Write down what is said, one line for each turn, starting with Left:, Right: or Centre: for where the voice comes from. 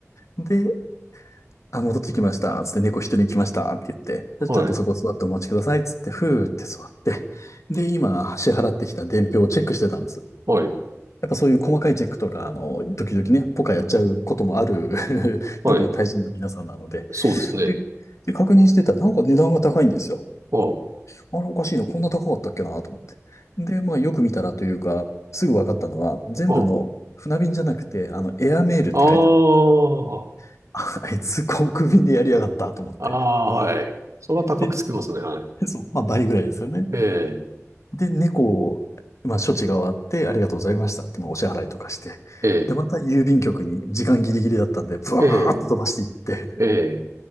Left: で、あ、戻ってきました、つって猫一人来ました、って言って、で、
Right: はい。
Left: ちょっとそこ座ってお待ちください、つって、ふーって座って、で、今、支払ってきた伝票をチェックしてたんです。
Right: はい。
Left: やっぱそういう細かいチェックとか、あの、時々ね、ポカやっちゃうこともある <laughs>
Right: はい。
Left: のが大臣の皆さんなので、
Right: そうですね。
Left: で、で確認してたら、なんか値段が高いんですよ。
Right: ああ。
Left: あれおかしいな、こんな高かったっけなと思って。で、まあよく見たらというか、すぐ分かったのは、全部の船便じゃなくて、
Right: あ
Left: あの、エアメールって書いてあった。
Right: あ。ああ。
Left: <laughs> あ、あいつ航空便でやりやがったと思って。
Right: ああはい。それは高くつきますね。
Left: で、
Right: はい。
Left: そう、まあ倍ぐらいですよね。
Right: ええ。
Left: で、猫を、まあ処置が終わって、ありがとうございましたって、まあお支払いとかして。
Right: ええ。
Left: で、また郵便局に時間ギリギリだったんで、ブワーッと飛ばしていって、
Right: ええ。ええ。